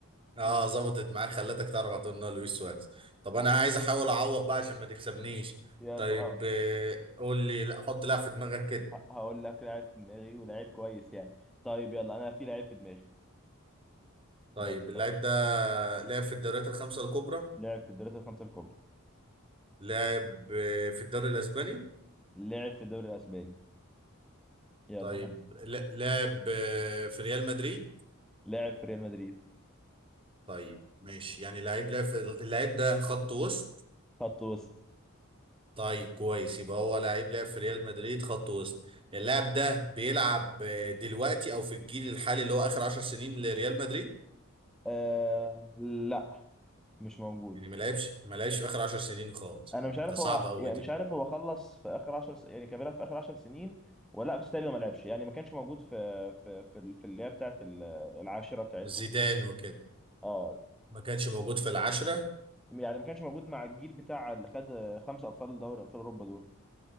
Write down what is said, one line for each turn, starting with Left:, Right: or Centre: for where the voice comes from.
Right: اه
Centre: ماشي.
Right: ظبطت معاك خلتك تعرف على طول انه لويس سواريز طب انا عايز احاول اعوض بقى عشان ما تكسبنيش
Centre: يلا
Right: طيب
Centre: ها
Right: آه، قول لي لا حط لاعب في دماغك كده
Centre: ه- هقول لك لاعب في دماغي ولاعيب كويس يعني طيب يلا انا في لاعب في دماغي
Right: طيب
Centre: يلا اتفضل.
Right: اللاعب ده لعب في الدوريات الخمسه الكبرى
Centre: لعب في الدوريات الخمسة الكبرى
Right: لاعب آه، في الدوري الاسباني
Centre: لعب في الدوري الاسباني يلا
Right: طيب
Centre: ها
Right: لا- لاعب آه، في ريال مدريد
Centre: لعب في ريال مدريد
Right: طيب ماشي يعني لعيب لعب في اللاعب ده خط وسط
Centre: خط وسط
Right: طيب كويس يبقى هو لعيب لعب في ريال مدريد خط وسط اللاعب ده بيلعب آه، دلوقتي او في الجيل الحالي اللي هو اخر عشر سنين لريال مدريد
Centre: آه لا مش موجود
Right: يعني ما لعبش ما لعبش في اخر عشر سنين خالص
Centre: انا
Right: مم،
Centre: مش عارف
Right: ده صعب
Centre: هو
Right: قوي
Centre: يعني
Right: دي
Centre: مش عارف هو خلص في اخر 10 س... يعني كان بيلعب في اخر 10 سنين ولا لا بس تقريبا ما لعبش يعني ما كانش موجود في في في ال- في اللي هي بتاعت ال- العاشره بتاعتكم
Right: زيدان وكده
Centre: اه
Right: ما كانش موجود في العشرة
Centre: يعني ما كانش موجود مع الجيل بتاع اللي خد خمسه ابطال دوري ابطال اوروبا دول